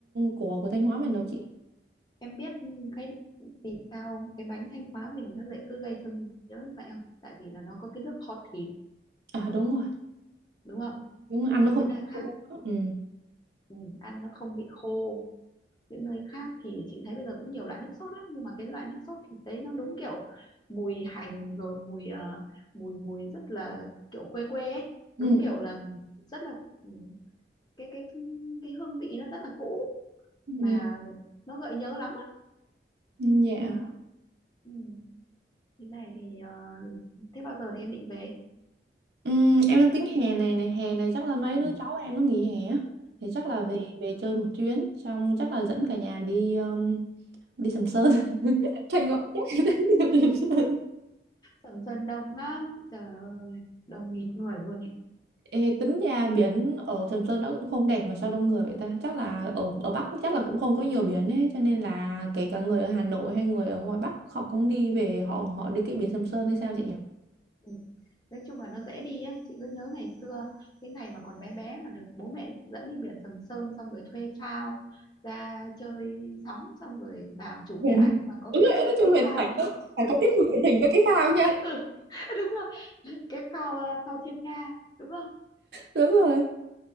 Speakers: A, on the right; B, on the left.
A: của của Thanh Hóa mình đâu chị
B: em biết cái vì sao cái bánh Thanh Hóa mình nó lại cứ gây thương nhớ như vậy không tại vì là nó có cái nước kho thịt
A: à đúng rồi
B: đúng không
A: đúng ăn
B: những
A: nó không
B: cái nơi khác
A: ừ.
B: ừ, ăn nó không bị khô những nơi khác thì chị thấy bây giờ cũng nhiều loại nước sốt lắm nhưng mà cái loại nước sốt thịt đấy nó đúng kiểu mùi hành rồi mùi ờ, mùi mùi rất là kiểu quê quê ấy
A: Ừ.
B: đúng kiểu là rất là ừ, cái cái cái hương vị nó rất là cũ
A: Ừ.
B: mà nó gợi nhớ lắm á
A: Ừ. dạ
B: đó ừ. thế này thì ờ, thế bao giờ thì em định về
A: Ừm, em đang tính hè này này hè này chắc là mấy
B: ừ.
A: đứa cháu em nó nghỉ hè á. thì chắc là
B: Ừ.
A: về về chơi một chuyến xong chắc là dẫn cả nhà đi um, đi Sầm Sơn <laughs> Thanh Hóa chắc là đi Sầm Sơn
B: Sầm Sơn đông lắm trời ơi đông nghịt người luôn ấy
A: Ê, tính ra biển ở Sầm Sơn nó cũng không đẹp mà sao đông người vậy ta chắc là ở ở Bắc chắc là cũng không có nhiều biển ấy cho nên là kể cả người ở Hà Nội hay người ở ngoài Bắc họ cũng đi về họ họ đi cái biển Sầm Sơn hay sao chị nhỉ
B: Ừ. Nói chung là nó dễ đi ấy chị cứ nhớ ngày xưa cái ngày mà còn bé bé mà được bố mẹ dẫn đi biển Sầm Sơn xong rồi thuê phao ra chơi sóng xong rồi vào chụp
A: biển
B: cái ảnh mà có cái
A: Đúng rồi, nói chung
B: cái
A: Huyền
B: phao
A: phải có, phải có tiết mục thiện tình với cái phao
B: <laughs>
A: nha.
B: ừ, đúng rồi cái phao à, phao Thiên Nga đúng không
A: Đúng rồi